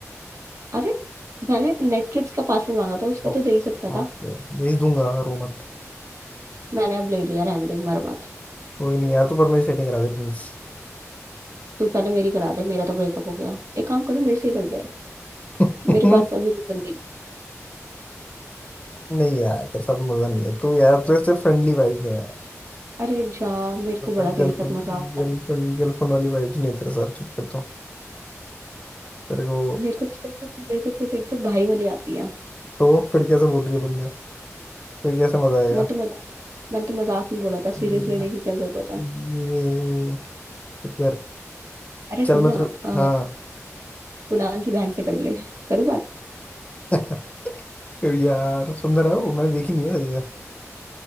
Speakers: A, on the right; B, on the left.
A: अरे मैंने नेटफ्लिक्स का पासवर्ड मांगा था उसका
B: ओ,
A: तो दे ही सकता था
B: ओके भेज दूंगा रो मत
A: मैंने अब ले लिया रहने दे मर मत
B: कोई नहीं यार तू पर मेरी सेटिंग करा दे प्लीज
A: तू पहले मेरी करा दे मेरा तो ब्रेकअप हो गया एक काम करो मेरे से ही कर ले
B: <laughs>
A: मेरे पास अभी कोई बंदी नहीं
B: नहीं यार तेरे साथ मजा नहीं है तू यार तेरे से फ्रेंडली वाइब्स है यार
A: अरे जा मेरे
B: तेरे
A: को बड़ा
B: साथ
A: तेरे
B: गर्लफ्रेंड
A: साथ मजा आता
B: गर्लफ्रेंड
A: है
B: गर्लफ्रेंड वाली वाइब्स नहीं है तेरे साथ चुप कर दो तेरे को
A: मेरे को तो तेरे तो मेरे को तो तेरे तो भाई वाली आती है
B: तो वो फिर कैसे बोल रही है पंजाब फिर कैसे मजा आएगा
A: मैं तो मजाक मैंने तो मजाक में बोला था
B: ये
A: सीरियस लेने की क्या जरूरत है
B: ये- तो फिर
A: अरे
B: चल
A: सुन
B: मैं
A: ना
B: तेरे
A: आ,
B: हाँ
A: कुणाल की बहन से कर ले करूँ बात
B: <laughs> फिर यार सुंदर है वो मैंने देखी नहीं है तभी यार